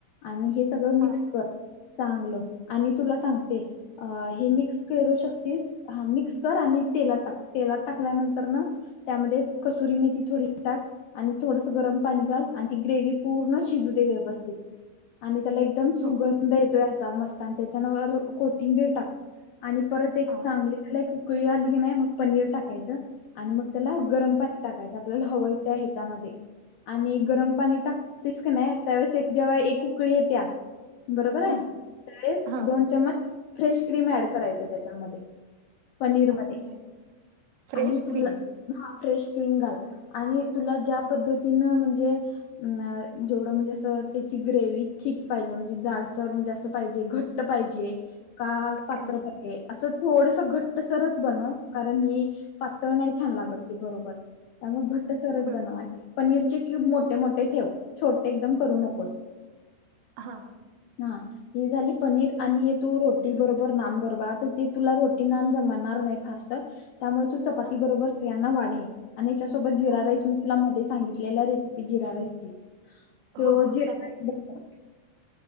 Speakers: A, on the left; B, on the right.
A: आणि हे. सगळ मिक्स
B: हां
A: कर. चांगलं आणि तुला सांगते. अ हे मिक्स करू शकतेस. हा मिक्स कर आणि तेलात टाक तेलात टाकल्यानंतर न त्यामध्ये कसुरी मेथी थोडी टाक आणि थोडस गरम पाणी घाल आणि ती ग्रेव पूर्ण शिजू दे व्यवस्थित. आणि त्याला एकदम सुगंध
B: ओके
A: येतोय असा मस्त त्याच्यानवर कोथिंबीर टाक. आणि परत एक
B: हां
A: चांगली त्याला एक उकळी कुळी आली की नाही मग पनीर टाकायच. आणि मग त्याला
B: ओके
A: गरम पाणी टाकायच. आपल्याला हवय त्या हच्यामध्ये आणि गरम पाणी टाकतेस. का नाही त्यावेळेस एक जवळ एक उकळी येत्याल. बरोबर आहे?
B: हां
A: त्यावेळेस
B: हां
A: दोन चममच फ्रेश क्रीम ऍड करायच त्याच्यामध्ये पनीर
B: ओके
A: मध्ये
B: फ्रेश
A: आणि तुला
B: क्रीम
A: ह फ्रेश क्रीम घाल आणि तुला ज्या पद्धतीनं म्हणजे जेवढं म्हणजे असं ग्रेव्ही थिक पाहिजे. म्हणजे जाडसर, म्हणजे असं पाहिजे घट्ट पाहिजे. <inaudible> का पात्र
B: हां
A: पाहिे <inaudible> असं थोडस घट्ट सरच बन कारण हे पातळ नाही छान लागत ती बरोबर त्यामुळे घट्ट सरस
B: बर
A: बनव <inaudible> पनीरचे क्यूब मोठे मोठे ठेव छोटे एकदम करू नकोस <inaudible>
B: हा <inaudible>
A: हा हे झाली पनीर आणि हे तू रोटी बरोबर नान बरोबर आता ते तुला रोटी नान जमणार नाही फास्ट <inaudible> त्यामुळे तू चपाती
B: हां
A: बरोबर <inaudible> ढ <inaudible> सोबत जिरा
B: ओके
A: राईस मी तला मध्ये सांगितलं <inaudible> ला रेसिपी जरा आहे <inaudible> <inaudible> तो
B: हो हो
A: जे <inaudible>